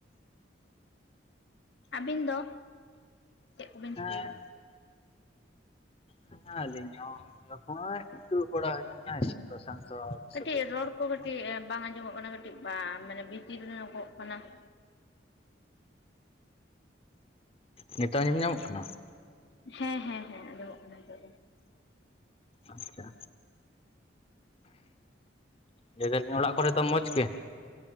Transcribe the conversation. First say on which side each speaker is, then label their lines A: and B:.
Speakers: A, on the left (about 70°); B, on the left (about 30°).
A: ᱟᱹᱵᱤᱱ ᱫᱚ ᱪᱮᱫ ᱠᱚ ᱵᱤᱱ
B: ᱦᱮᱸ
A: ᱪᱤᱠᱟᱹᱭᱮᱫᱟ?
B: ᱦᱮᱸ ᱟᱹᱞᱤᱧ ᱦᱚᱸ ᱱᱚᱜᱼᱚᱭ ᱫᱩᱲᱩᱵ ᱵᱟᱲᱟ ᱦᱚᱭ ᱠᱟᱱᱟ ᱤᱥᱤᱱ ᱵᱟᱥᱟᱝ ᱫᱚ
A: ᱠᱟᱹᱴᱤᱡ
B: ᱥᱟᱹᱛᱟᱹᱜ
A: ᱨᱚᱲ
B: ᱜᱮᱭᱟ ᱱᱤᱛᱦᱚᱸ᱾
A: ᱠᱚ ᱠᱟᱹᱴᱤᱡ ᱵᱟᱝ ᱟᱸᱡᱚᱢᱚᱜ ᱠᱟᱱᱟ ᱠᱟᱹᱴᱤᱡ ᱵᱟᱝ ᱢᱟᱱᱮ ᱵᱷᱤᱛᱤᱨ ᱧᱚᱸᱜᱚᱜ ᱠᱟᱱᱟ ᱾
B: ᱱᱤᱛᱚᱜ ᱟᱸᱡᱚᱢ ᱧᱟᱢᱚᱜ ᱠᱟᱱᱟ ᱾
A: ᱦᱮᱸ ᱦᱮᱸ ᱦᱮᱸ ᱟᱸᱡᱚᱢᱚᱜ ᱠᱟᱱᱟ ᱱᱤᱛᱚᱜ ᱫᱚ ᱾
B: ᱟᱪᱪᱷᱟ ᱞᱟᱹᱭ ᱫᱟᱞᱤᱧ ᱚᱲᱟᱜ ᱠᱚᱨᱮ ᱫᱚ ᱢᱚᱡᱽ ᱜᱮ?